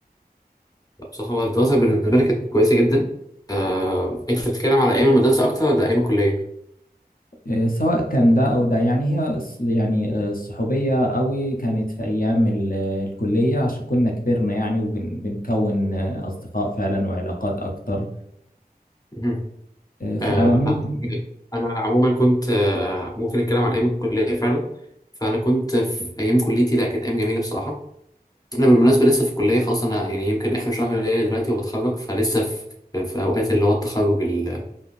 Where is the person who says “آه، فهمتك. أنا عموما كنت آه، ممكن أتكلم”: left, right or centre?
Left